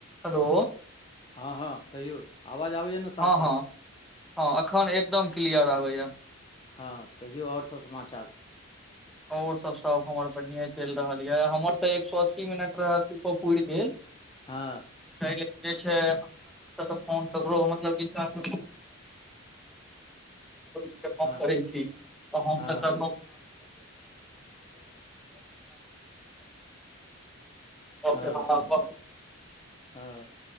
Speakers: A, in the centre; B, on the left (about 25°).
A: Hello.
B: हँ हँ कहियौ, आवाज आबैये ने। साफ
A: हँ
B: साफ
A: हँ हँ एखन एकदम क्लियर आबैये।
B: हँ कहियौ और सब समाचार।
A: और सब सब हमर बढ़िये चलि रहल ये हमर तऽ एक सौ अस्सी मिनट रहे से त पुरि गेल।
B: हँ।
A: तै लेल जे छै हमरा सबके फोन ककरो मतलब कि वास रुकि के बात
B: हँ
A: करै छी तऽ हम
B: हँ
A: त केलहुं।
B: हँ
A: <unintelligible> <unintelligible>
B: हँ